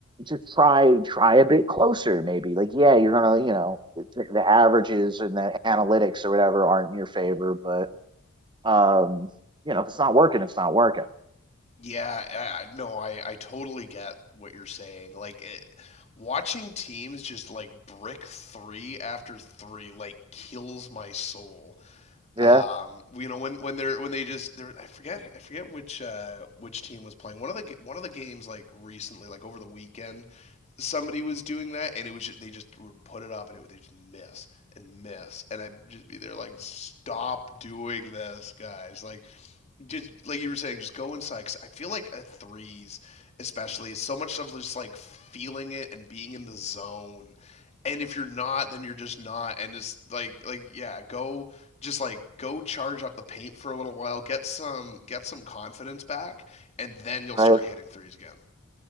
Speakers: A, on the right; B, on the left.
A: just try try a bit closer maybe like yeah you're gonna you know the averages and the analytics or whatever aren't in your favor but um you know if it's not working it's not working
B: Yeah, uh, no, I I totally get what you're saying. Like it, watching teams just like brick 3 after 3 like kills my soul.
A: yeah
B: Um, well, you know when when they're when they just they're I forget I forget which uh, which team was playing one of the one of the games like recently like over the weekend somebody was doing that and it was just, they just would put it up and it would they just miss and miss and I'd just be there like stop doing this guys like just like you were saying, just go inside. 'cause I feel like at threes, especially, it's so much of just like feeling it and being in the zone and if you're not then you're just not and it's like like yeah go just like go charge up the paint for a little while get some get some confidence back and then you'll
A: right?
B: start hitting threes again